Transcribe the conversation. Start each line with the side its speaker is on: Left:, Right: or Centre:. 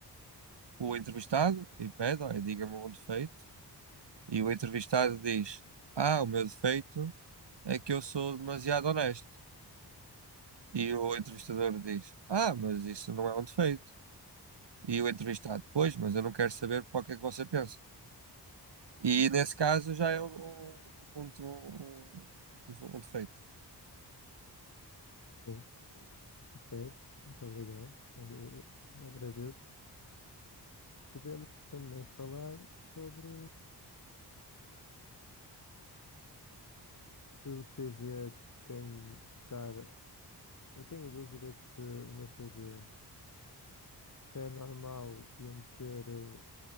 Right: o entrevistado e pede, olha, diga-me um defeito. E o entrevistado diz: Ah, o meu defeito é que eu sou demasiado honesto. E o entrevistador diz: Ah, mas isso não é um defeito. E o entrevistado: Pois, mas eu não quero saber para o que é que você pensa. E nesse caso já é um, um, um, um- um defeito.
Left: Sim, ok, muito obrigado. Eh, agradeço. Podemos também falar sobre se o CV te tem de estar. Eu tenho dúvidas se o meu CV se é normal eu meter eh,